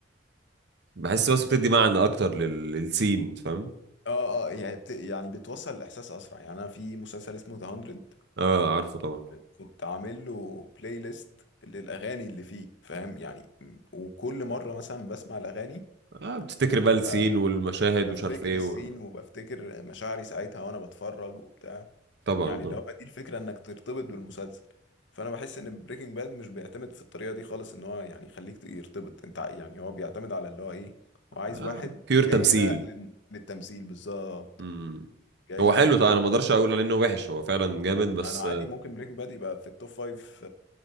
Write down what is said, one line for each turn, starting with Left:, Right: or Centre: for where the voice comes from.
Right: بحس بس
Left: مش
Right: بتدي معنى
Left: عارف
Right: اكتر لل... للسين فاهم
Left: اه اه يعني بت... يعني بتوصل الاحساس اسرع يعني انا في مسلسل اسمه ذا 100
Right: اه عارفه طبعا
Left: كنت عامل له بلاي ليست للاغاني اللي فيه فاهم يعني م- وكل مره مثلا بسمع الاغاني
Right: اه بتفتكر
Left: بتبقى
Right: بقى السين والمشاهد
Left: بفتكر
Right: ومش عارف ايه
Left: السين
Right: و...
Left: وبفتكر مشاعري ساعتها وانا بتفرج وبتاع
Right: طبعا
Left: يعني
Right: طبعا
Left: اللي هو دي الفكره انك ترتبط بالمسلسل فانا بحس ان بريكنج باد مش بيعتمد في الطريقه دي خالص ان هو يعني يخليك ت- يرتبط انت ع- يعني هو بيعتمد على اللي هو ايه هو عايز
Right: آه
Left: واحد
Right: بيور تمثيل
Left: جاي هنا لل- للتمثيل بالظبط
Right: مم.
Left: جاي
Right: هو حلو طبعا
Left: جاي
Right: انا ما اقدرش اقول عليه انه وحش هو فعلا جامد بس
Left: انا عادي ممكن بريكنج باد يبقى في التوب فايف